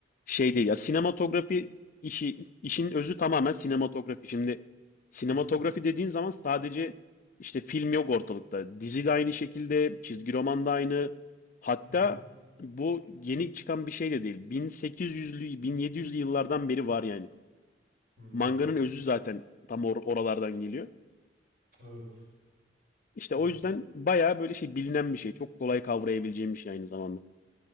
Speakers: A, on the left (about 45°); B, on the right (about 50°).
A: şey değil ya sinematografi işi işin özü tamamen sinematografi. Şimdi sinematografi
B: Hı hı,
A: dediğin zaman sadece işte film yok ortalıkta. Dizi de aynı şekilde, çizgi roman da aynı. Hatta
B: hı hı,
A: bu yeni çıkan bir şey de değil. 1800'lü 1700'lü yıllardan beri var yani.
B: hı.
A: Manganın özü zaten tam or- oralardan geliyor.
B: Evet.
A: İşte
B: Ya,
A: o yüzden bayağı böyle şey bilinen bir şey. Çok kolay kavrayabileceğim bir şey aynı zamanda.